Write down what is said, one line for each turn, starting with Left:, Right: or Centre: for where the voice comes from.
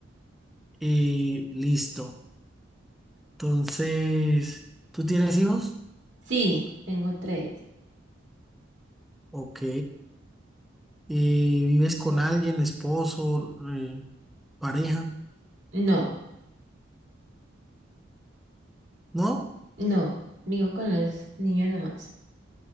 Centre: Eh, listo. Entonces, ¿tú tienes hijos?
Right: Sí, tengo tres.
Centre: Ok. Eh, ¿vives con alguien, esposo, eh, pareja?
Right: No,
Centre: ¿No?
Right: no. Vivo con los niños nomás.